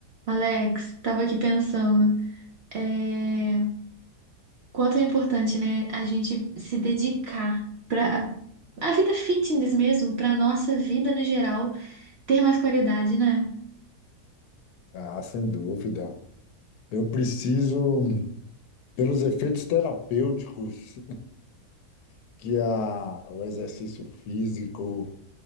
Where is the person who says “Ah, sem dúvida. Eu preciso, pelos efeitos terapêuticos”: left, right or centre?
Left